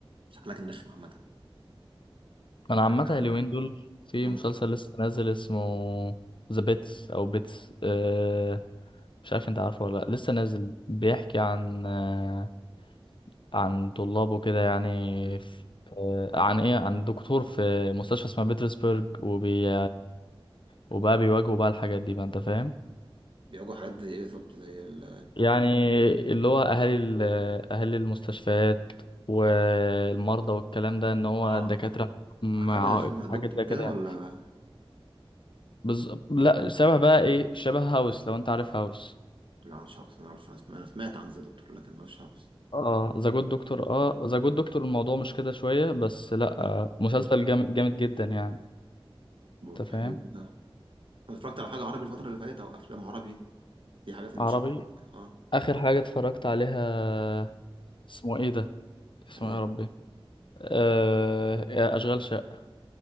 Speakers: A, on the right; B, on the left.
A: شكلها كان رخم عامه
B: انا عامه
A: آه،
B: اليومين دول في
A: مم،
B: مسلسل لسه نازل اسمه ذا بيتس او بيتس أه مش عارف انت عارفه ولا لا لسه نازل بيحكي عن آه، عن طلابه كده يعني
A: مم،
B: في عن ايه عن دكتور في مستشفى اسمها بيترسبرج وبي
A: مم.
B: وبقى بيواجهوا بقى الحاجات دي بقى انت فاهم
A: بيواجهوا حاجات زي ايه بالظبط زي ال
B: يعني اللي هو اهالي ال- اهالي المستشفيات والمرضى والكلام ده ان هو
A: اه
B: الدكاترة عندهم
A: حاجة
B: عائق
A: شبه
B: وحاجات
A: دكتور
B: زي
A: كده
B: كده يعني
A: ولا
B: بز... لا شبه بقى ايه شبه هاوس لو انت عارف هاوس
A: لا مش عارف أنا عارف أنا سمعت أنا سمعت عن ذا دكتور لكن ما أعرفش هاوس
B: اه ذا جود دكتور اه ذا جود دكتور الموضوع مش كده شوية بس لا
A: مم.
B: آه، مسلسل جامد جامد جدا يعني
A: طب
B: انت
A: حلو
B: فاهم
A: ده أنا اتفرجت على حاجة عربي الفترة اللي فاتت أو أفلام عربي في حاجة في المشاهد
B: عربي
A: أه
B: اخر حاجه اتفرجت عليها اسمه ايه ده اسمه
A: كان إيه
B: ايه يا ربي أه... اشغال شقه